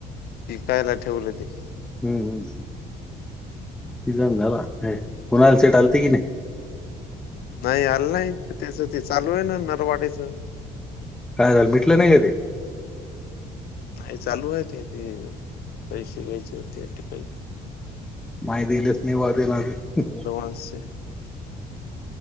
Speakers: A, on the left; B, in the centre.
A: विकायला ठेवले ते.
B: हम्म हम्म हम् सिझन झाला हे कुणाल सेठ आलते की नाही.
A: नाही आल नाही त्याचं ते चालू आहे ना नरवाडी्च.
B: काय झालं मिटलं नाही का ते.
A: नाही चालू आहे तेथे पैसे घ्यायचे होते ते काही.
B: माहि दिलेच नाही वाजेना ह.
A: ऍडव्हान्सचे